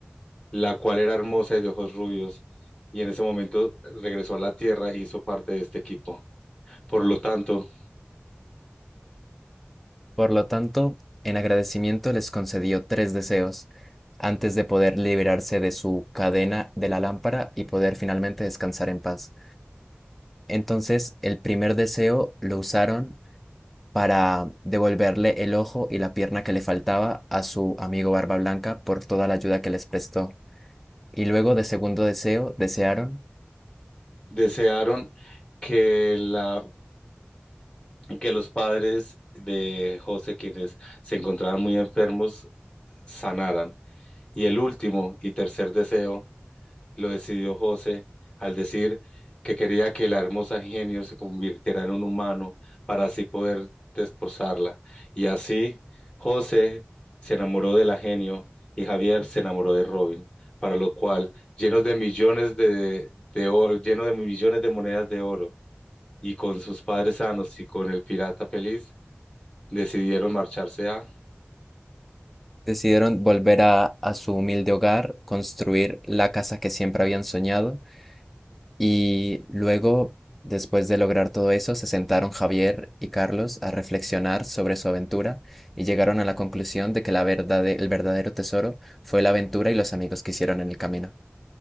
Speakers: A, on the left (about 25°); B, in the centre.
A: la cual era hermosa y de ojos rubios, y en ese momento regresó a la Tierra y hizo parte de este equipo. Por lo tanto,
B: Por lo tanto, en agradecimiento les concedió tres deseos antes de poder liberarse de su cadena de la lámpara y poder finalmente descansar en paz. Entonces, el primer deseo lo usaron para devolverle el ojo y la pierna que le faltaba a su amigo Barba Blanca por toda la ayuda que les prestó. Y luego de segundo deseo, desearon,
A: desearon que la, que los padres de José, quienes se encontraban muy enfermos, sanaran. Y el último y tercer deseo lo decidió José al decir que quería que la hermosa genio se convirtiera en un humano para así poder desposarla. Y así José se enamoró de la genio y Javier se enamoró de Robin, para lo cual, llenos de millones de, de oro, lleno de millones de monedas de oro y con sus padres sanos y con el pirata feliz, decidieron marcharse a...
B: decidieron volver a, a su humilde hogar, construir la casa que siempre habían soñado Y luego, después de lograr todo eso, se sentaron Javier y Carlos a reflexionar sobre su aventura y llegaron a la conclusión de que la verdade- el verdadero tesoro fue la aventura y los amigos que hicieron en el camino.